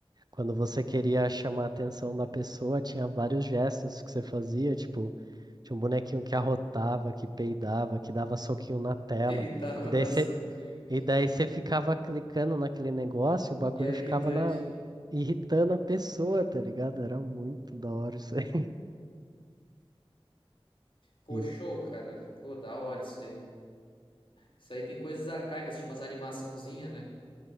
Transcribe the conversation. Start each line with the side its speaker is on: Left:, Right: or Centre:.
Right: Quando você queria chamar a atenção da pessoa, tinha vários gestos que você fazia, tipo, tinha um bonequinho que arrotava, que peidava, que dava soquinho na tela.
Left: E dava
Right: E daí
Left: da
Right: você,
Left: soquinho.
Right: e daí você ficava clicando naquele negócio, o bagulho
Left: E era
Right: ficava
Left: irritante.
Right: na, irritando a pessoa, tá ligado? Era muito da hora isso aí. <laughs>
Left: Pô,
Right: E
Left: show,
Right: o-
Left: cara. Pô, da hora isso aí. Isso aí tem coisas arcaicas, tinha umas animaçãozinha, né?